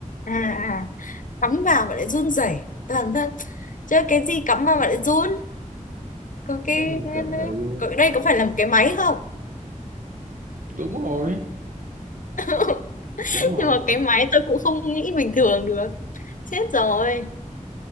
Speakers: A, on the left (about 80°); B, on the right (about 80°).
A: à à. à. cắm vào mà lại run rẩy toàn thân chứ cái gì cắm vào mà lại run có cái
B: cái gì cắm vào luôn
A: có đây có phải là một cái máy không
B: đúng rồi
A: <laughs>
B: đúng rồi
A: nhưng mà cái máy tôi cũng không nghĩ bình thường được chết rồi